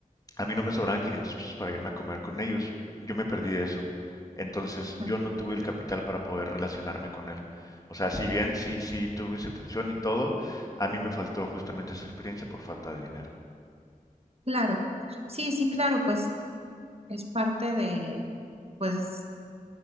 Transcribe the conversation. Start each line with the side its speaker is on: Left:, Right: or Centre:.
Left: a mí no me sobraban 500 pesos para irme a comer con ellos. Yo me perdí de eso. Entonces, yo
Right: ujú.
Left: no tuve el capital para poder relacionarme con él. O sea, si bien sí, sí tuve su atención y todo, a mí me faltó justamente esa experiencia por falta de dinero.
Right: Claro, sí, sí, claro, pues es parte de, pues,